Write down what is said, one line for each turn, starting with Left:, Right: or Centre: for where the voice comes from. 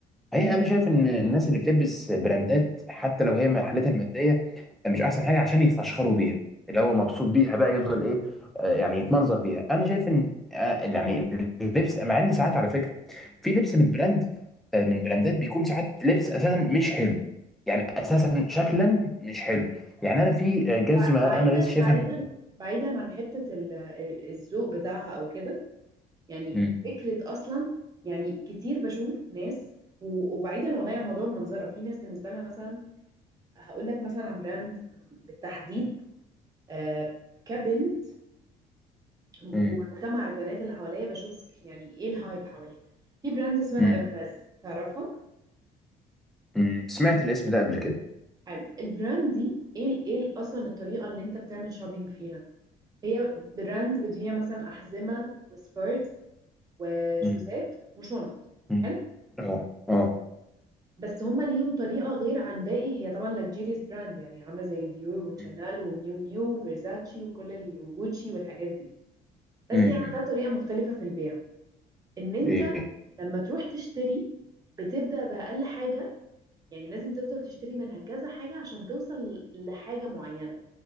Right: مم.
Centre: هي انا شايف ان الناس اللي بتلبس براندات حتى لو هي حالتها الماديه مش احسن حاجه عشان يتفشخروا بيها اللي هو مبسوط بيها بقى يفضل ايه آه، يعني يتمنظر بيها انا شايف ان آه، يعني اللبس مع ان ساعات على فكره في لبس من براند آه، من براندات بيكون ساعات لبس اساسا مش حلو يعني اساسا شكلا مش حلو يعني انا في آه، جزمه
Right: بع- بعيدا
Centre: انا لسه شايفها
Right: بعيدا
Centre: من قريب
Right: بعيدا عن حته ال- ال- الذوق بتاعها او كده يعني
Centre: مم،
Right: فكره اصلا يعني كتير بشوف ناس و- وبعيدا والله عن موضوع المنظره في ناس بالنسبه لها مثلا هقول لك مثلا عن براند بالتحديد آه، كبنت ومجتمع
Centre: مم،
Right: البنات اللي حواليا بشوف يعني ايه الهايب حواليها في براند اسمها
Centre: مم،
Right: ارباز تعرفها
Centre: مم. سمعت الاسم ده قبل كده
Right: حلو البراند دي ايه ال- ايه ال- اصلا الطريقه اللي انت بتعمل شوبينج فيها هي براند بتبيع مثلا احزمه وسكارفز وشوزات
Centre: مم،
Right: وشنط
Centre: مم.
Right: حلو
Centre: اه اه
Right: بس هما ليهم طريقه غير عن باقي هي طبعا لكجيريس براند يعني عامله زي ديور وشانيل
Centre: مم،
Right: وميو ميو وفيرزاتشي وكل ال- وجوتشي والحاجات دي بس
Centre: مم،
Right: هي عندها
Centre: مم.
Right: طريقه مختلفه في البيع ان انت
Centre: ايه إيه.
Right: لما تروح تشتري بتبدأ بأقل حاجة يعني لازم تفضل تشتري منها كذا حاجة عشان توصل لحاجة معينة